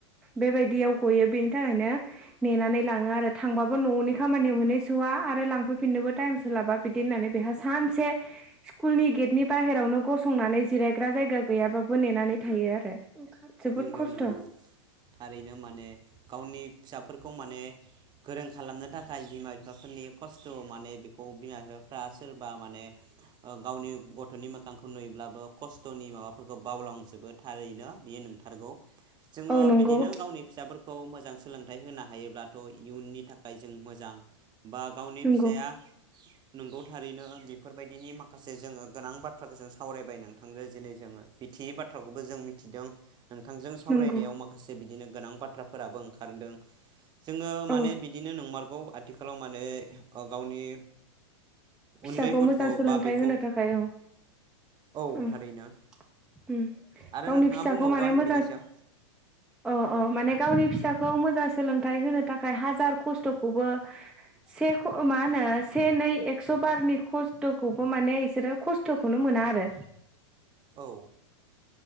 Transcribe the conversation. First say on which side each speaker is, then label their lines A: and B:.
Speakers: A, in the centre; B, on the right (about 25°).
A: बेबायदियाव गयो बेनि थाखायनो नेनानै लाङो आरो थांबाबो ननि खामानि मोनहैसआ आरो लांफैफिननोबो टाइम सोलाबा बिदि होननानै बेहा सानसे स्कुलनि गेटनि बाहेरावनो गसंनानै जिरायग्रा जायगा गैयाबाबो नेनानै थायो आरो जोबोद
B: नंगौ
A: खस्थ'
B: नंगौ थारैनो माने गावनि फिसाफोरखौ माने गोरों खालामनो थाखाय <unintelligible> बिफाफोरनि खस्थ माने बेखौ बिमा बिफाफ्रा सोरबा माने गावनि गथनि मोखांखौ नुयोब्लाबो खस्थनि माबाफोरखौ बावलांजोबो थारैनो बेयो नों नोंथारगौ जोङो
A: औ नंगौ
B: बिदिनो गावनि फिसाफोरखौ मोजां सोलोंथाइ होनो हायोब्ला थ इयुननि थाख खाय जों मोजां बा गावनि
A: नंगौ
B: फिसाया नंगौ थारैनो बेफोरबायदिनि माखासे जोङो गोनां बाथ्राखौ जों सावरायबाय नोंथांजो दिनै जोङो बिथियै बाथ्राखौबो जों मिथिदों नोंथांजों सावरायनायाव
A: नंगौ
B: माखासे बिदिनो गोनां बाथ्राफोराबो ओंखारदों जोङो
A: औ
B: माने बिदिनो नंमारग औ आथिखालाव माने गावनि
A: फिसाखौ
B: उन्दै गथ'
A: मोजां सोलोंथाइ
B: बा बेखौ
A: होनो थाखाय औ
B: औ
A: उम-उम
B: थारैनो आरो
A: गावनि
B: नोंथाङा
A: फिसाखौ
B: बुंबावगोन
A: माने मो
B: बेनि सायाव
A: अह-अह माने गावनि फिसाखौ मोजां सोलोंथाइ होनो थाखाय हाजार खस्थखौबो से ख मा होनो से नै एक्स बारनि खस्थखौबो माने बिसोरो खस्थखौनो मोना आरो
B: औ